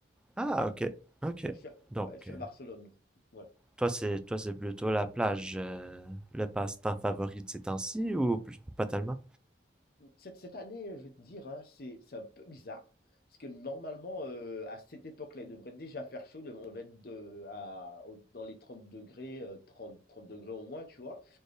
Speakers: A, in the centre; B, on the left (about 50°).
A: Ah, ok, ok.
B: Ouais, je suis à,
A: Donc,
B: ouais, je suis
A: euh,
B: à Barcelone. Ouais.
A: toi, c'est toi, c'est plutôt la plage, euh, le passe-temps favori de ces temps-ci ou plus- pas tellement?
B: Cette cette année, je vais te dire, hein, c'est c'est un peu bizarre. Parce que normalement, heu, à cette époque-là, il devrait déjà faire chaud. devrait on va être de à au dans les 30 degrés, heu, trente 30 °C au moins, tu vois?